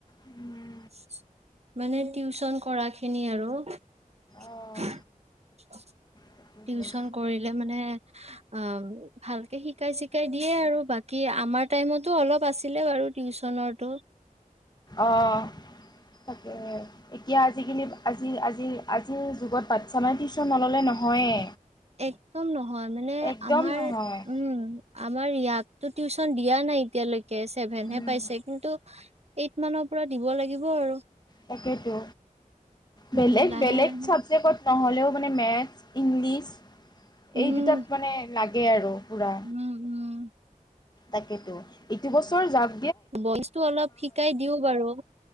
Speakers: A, on the left; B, on the right.
A: উম
B: <unintelligible> মানে টিউচন কৰা খিনি আৰু অ ।
A: অঁ
B: <unintelligible>
A: তাকেহে।
B: টিউচন কৰিলে মানে অ ভালকে শিকাই চিকাই দিয়ে আৰু বাকী কি আমাৰ টাইমতো অলপ আছে ছিল বাৰু টিচ
A: অঁ তাকে এতিয়া আজিকালি আজি আজি আজিৰ যুগত বাচ্ছা মানে টিউশচ্যন নল'লে নহয়েই
B: একদম নহয় মানে
A: একদম
B: আমাৰ
A: নহয়
B: উম আমাৰ ইয়াক তো টিউচন দিয়া নাই এতিয়ালৈে চছেভেনহে
A: উম
B: পাইছে কিন্তু এইট মানৰ পৰা দিব লাগিব আৰু
A: তাকেতো
B: উম,
A: বেলেগ
B: লাহে
A: বেলেগ
B: লাহে
A: চাবজেক্টত নহ'লেও মানে মেথছ ইংলিছ
B: উম,
A: এই দুটাত মানে লাগে । তাকেই আৰু পুৰা
B: উম উম
A: তাকেতো এইটো বছৰ যাক
B: বইচটো অলপ শিকাই দিওঁ বাৰু-